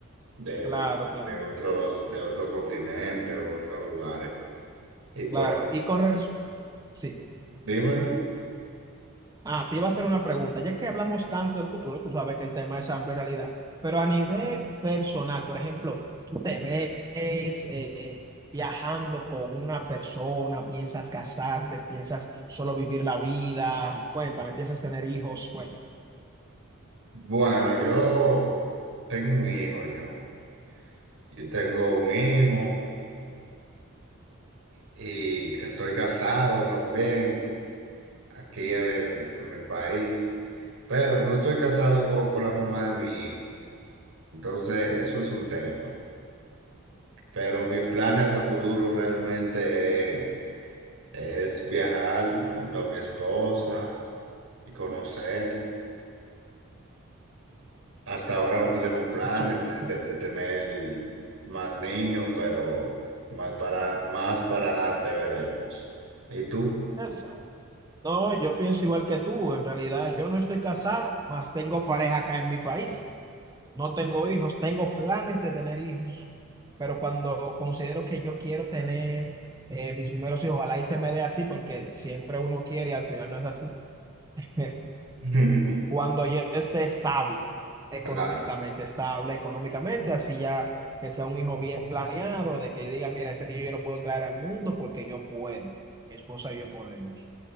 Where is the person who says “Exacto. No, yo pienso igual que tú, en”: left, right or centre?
Right